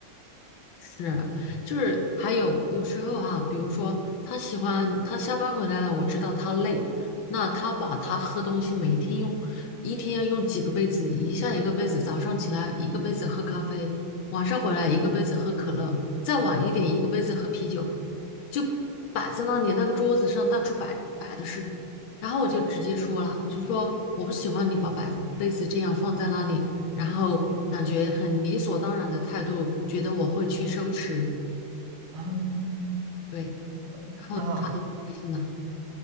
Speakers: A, on the left; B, on the right.
A: 是，
B: 嗯，
A: 就是还有有时候哈、比如说他喜欢他下班回来了，我知道他累，那他把他喝东西每一天用，一天要用几个杯子，一下一个杯子，早上起来一个杯子喝咖啡，晚上回来一个杯子喝可乐，再晚一点一个杯子喝啤酒，就摆在那里那个桌子上到处摆摆的是，然后我就直接说了，我就说我不喜欢你把摆杯子这样放在那里。然后感觉很理所当然的态度，觉得我会去收拾，
B: 嗯
A: 对，
B: 那
A: 然后他也开心了，